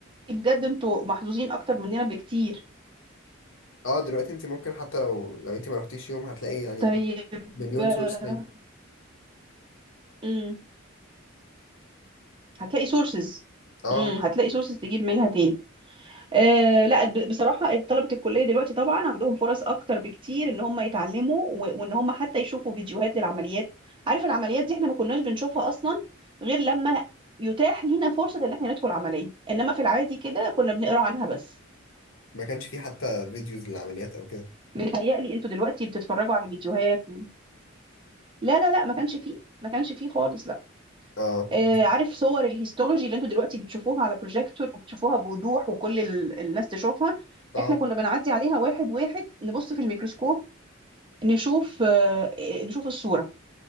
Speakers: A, on the right; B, on the left.
A: بجد انتوا محظوظين اكتر مننا بكتير
B: اه دلوقتي انت ممكن حتى لو لو انت ما رحتيش يوم هتلاقي يعني
A: طيب
B: مليون
A: آه،
B: سورس تاني
A: مم. هتلاقي سورسز
B: اه
A: امم هتلاقي سورسز تجيب منها تاني آه لا ب- بصراحة طلبة الكلية دلوقتي طبعا عندهم فرص أكتر بكتير إن هم يتعلموا و- وإن هم حتى يشوفوا فيديوهات للعمليات عارف العمليات دي إحنا ما كناش بنشوفها أصلا غير لما يتاح لينا فرصة إن إحنا ندخل عملية إنما في العادي كده كنا بنقرأ عنها بس
B: ما كانش فيه حتى فيديوز للعمليات او كده
A: متهيألي أنتوا دلوقتي بتتفرجوا على فيديوهات و... لا لا لا ما كانش فيه ما كانش فيه خالص لا
B: اه
A: آه
B: بس
A: عارف صور الهيستولوجي اللي أنتوا دلوقتي بتشوفوها على بروجيكتور وبتشوفوها بوضوح وكل ال- الناس تشوفها
B: اه
A: إحنا كنا بنعدي عليها واحد واحد نبص في الميكروسكوب نشوف آه، نشوف الصورة